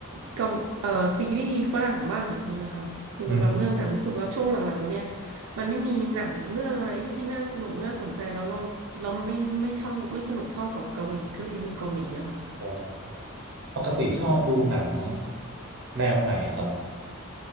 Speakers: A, on the right; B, on the right.
A: เกาเอ่อซีรีส์ฝรั่งบ้างเหมือนกันนะคะดูเป็นบางเรื่องแต่รู้สึกว่าช่วงหลังๆมาเนี่ย
B: อืม
A: มันไม่มีหนังเรื่องอะไรที่น่าสนุกน่าสนใจแล้วเราเราไม่ไม่เท่าไม่สนุกเท่ากับเกาหลีก็เลยดูเกาหลีอะค่ะ
B: โอ้ปกติชอบดูหนังแนวไหนครับ